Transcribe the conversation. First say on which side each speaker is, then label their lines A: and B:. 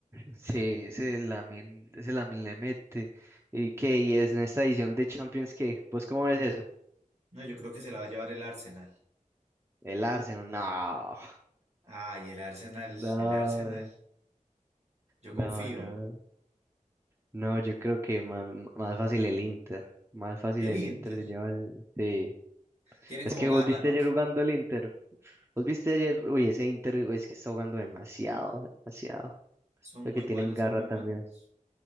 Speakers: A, on the right (about 20°); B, on the right (about 55°).
A: Sí, ese Lamin, ese Lamin le mete. ¿Y qué? ¿Y es en esta edición de Champions qué? ¿Vos cómo ves eso?
B: No, yo creo que se la va a llevar el Arsenal.
A: El Arsenal, no.
B: Ay, el Arsenal,
A: No,
B: el Arsenal. Yo
A: no,
B: confío.
A: no. No, yo creo que más, más fácil el Inter. Más fácil
B: El
A: el
B: Inter.
A: Inter se lleva. el- Sí.
B: Tienen
A: Es
B: como
A: que
B: garra,
A: vos viste
B: ¿no?
A: ayer jugando el Inter. Vos viste ayer. Uy, ese Inter uy, es que está jugando demasiado, demasiado.
B: Son
A: Creo
B: muy
A: que tienen
B: buenos,
A: garra
B: son muy
A: también.
B: buenos.